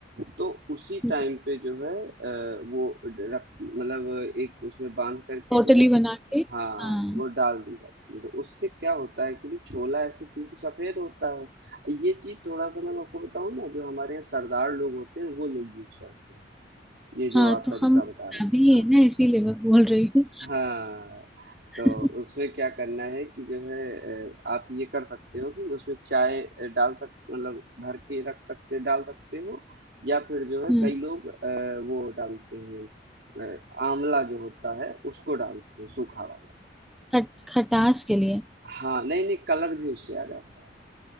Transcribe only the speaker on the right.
तो उसी
टाइम पे जो है अ, वो रख दी मतलब एक उसमें बांध करके
जो है
हाँ
वो डाल दी जाती है तो उससे क्या होता है कि जो छोला ऐसे क्योंकि सफेद होता है ये चीज थोड़ा सा मैं आपको बताऊँ ना जो हमारे यहाँ सरदार लोग होते हैं वो लोग यूज करते हैं ये जो
आप
तरीका
बता रहे
हैं हाँ
हाँ
तो उसमें क्या करना है कि जो है अ, आप ये कर सकते हो कि उसमें चाय अ, डाल सक मतलब भर के रख सकते डाल सकते हो या फिर जो है
कई लोग अ, वो डालते हैं अ, आंवला जो होता है उसको डालते हैं सूखा वाला
हाँ नहीं नहीं कलर भी उससे आ जाता है